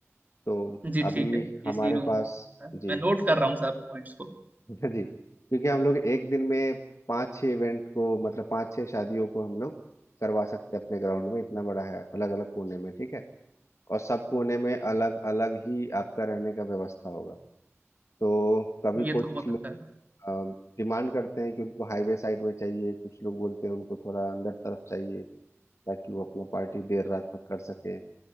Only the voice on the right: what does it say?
जी
ठीक है
इसी रूम
में।
मैं नोट कर रहा हूँ सब पॉइंट्स को
ये
तो बहुत
अच्छा है